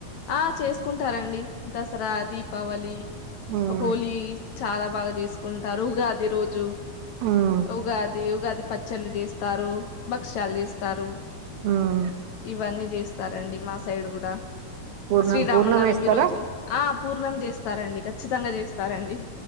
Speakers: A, on the left; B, on the right.
A: ఆ చేసుకుంటారండి దసరా దీపావళి
B: ఉమ్
A: హోలీ చాలా బాగా చేసుకుంటారు ఉగాది రోజు
B: ఉమ్
A: ఉగాది ఉగాది పచ్చళ్ళు చేస్తారు భక్ష్యాలు చేస్తారు
B: ఉమ్
A: ఇవన్నీ చేస్తారండి మా సైడ్ కూడా
B: పూర్ణం
A: శ్రీరామనవమి
B: పూర్ణం వేస్తారా
A: రోజు ఆ పూర్ణం చేస్తారండి ఖచ్చితంగా చేస్తారండి